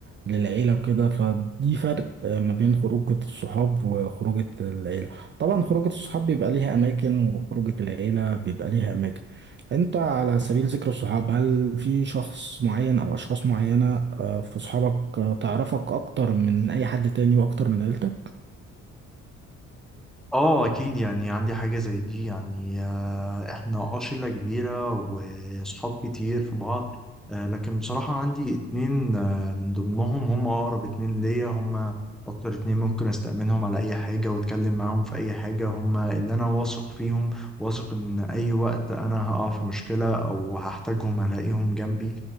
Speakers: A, on the right; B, in the centre.
A: للعيلة وكده فدي فرق آه، ما بين خروجة الصحاب وخروجة العيلة طبعا خروجة الصحاب بيبقى ليها أماكن وخروجة العيلة بيبقى ليها أماكن أنت على سبيل ذكر الصحاب هل في شخص معين أو أشخاص معينة آه، في صحابك آه، تعرفك أكتر من أي حد تاني وأكتر من عيلتك؟
B: اه اكيد يعني عندي حاجة زي دي يعني آه، احنا اه شلة كبيرة وصحاب كتير في بعض آه، لكن بصراحة عندي اتنين آه، من ضمنهم هم اقرب اتنين ليا هم اكتر اتنين ممكن استأمنهم على اي حاجة واتكلم معاهم في اي حاجة هم اللي انا واثق فيهم واثق ان اي وقت انا هقع في مشكلة او هحتاجهم هلاقيهم جنبي